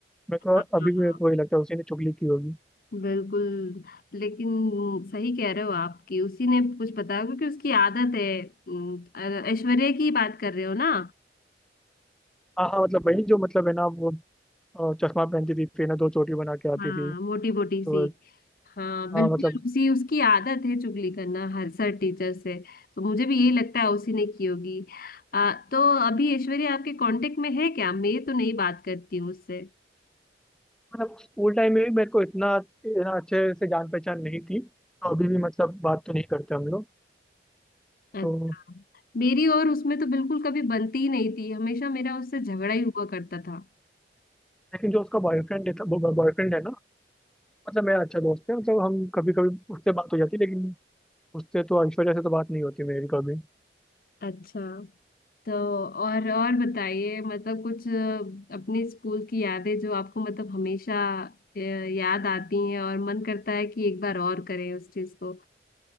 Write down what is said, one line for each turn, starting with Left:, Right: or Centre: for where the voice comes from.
Centre: मेरे को
Left: हाँ
Centre: अभी
Left: हाँ
Centre: भी
Left: हाँ।
Centre: मेरे को वही लगता है उसी ने चुगली की होगी
Left: बिल्कुल लेकिन सही कह रहे हो आपकी उसी ने कुछ बताया क्योंकि उसकी आदत है अम, ऐश्वर्या की बात कर रहे हो ना
Centre: हाँ हाँ मतलब वही जो मतलब है ना वो अ, चश्मा पहनती थी फिर ना दो चोटी बना के आती
Left: हाँ
Centre: थी
Left: मोटी मोटी
Centre: तो
Left: सी हाँ बिल्कुल
Centre: हाँ मतलब
Left: उसी उसकी आदत है चुगली करना हर सर टीचर से तो मुझे भी यही लगता है उसी ने की होगी आ, तो अभी ऐश्वर्या आपके कांटेक्ट में है क्या मैं तो नहीं बात करती हूँ उससे
Centre: मतलब स्कूल टाइम में भी मेरे को इतना है ना अच्छे से जान पहचान नहीं थी तो अभी भी मतलब बात तो नहीं करते हम लोग
Left: अच्छा
Centre: तो
Left: मेरी और उसमें तो बिल्कुल कभी बनती ही नहीं थी हमेशा मेरा उससे झगड़ा ही हुआ करता था
Centre: लेकिन जो उसका बॉयफ्रेंड है वो बॉयफ्रेंड है ना मतलब मेरा अच्छा दोस्त है मतलब हम कभी कभी उससे बात हो जाती है लेकिन उससे तो ऐश्वर्या से तो बात नहीं होती मेरी कभी
Left: अच्छा तो और और बताइए मतलब कुछ अ, अपने स्कूल की यादें जो आपको मतलब हमेशा अ, याद आती हैं और मन करता है कि एक बार और करें उस चीज को